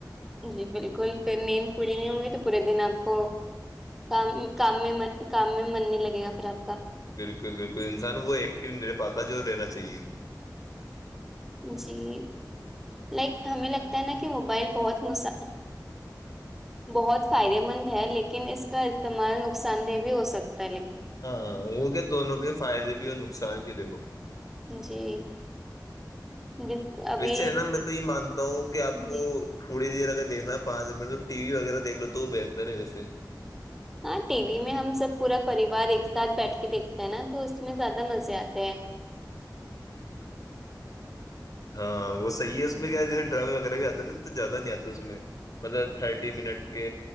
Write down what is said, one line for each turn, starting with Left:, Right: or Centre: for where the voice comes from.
Centre: جی بالکل پھر نیند پوری نہیں ہوں گی تو پورے دن آپ کو کام کام میں میں کام میں من نہیں لگے گا پھر آپ کو
Left: بالکل بالکل انسان وہ ایکٹیو نہیں رہ پاتا جو رہنا چ چاہے
Centre: جی لائک ہمیں لگتا ہے نا کہ موبائل بہت مس بہت فائدے مند ہے لیکن اس کا استعمال نقصان دہ بھی ہو سکتا ہے لیکن
Left: ہاںاں وہ کہ دونوں کے فائدے بھی اور نقصان بھی دیکھو
Centre: جی جس ابھی
Left: ویسے ہے نا میں تو یہ مانتا ہوں کہ آپ
Centre: جی،
Left: کو تھوڑی دیر دیکھنا پانچ دس منٹ تو ٹی وی وغیرہ دیکھ لو تو وہ بہتر ہے ویسے
Centre: ہاں ٹی وی میں ہم سب پورا پریوار ایک ساتھ بیٹھ کے دیکھتے ہے نا تو اس میں زیادہ مزے آتے ہیں
Left: ہاں وہ صحیح ہے اس میں کیا جیسے ڈرامے وغیرہ بھی آتے نا تو زیادہ نہیں آتا اس میں مطلب تھرٹی منٹ کے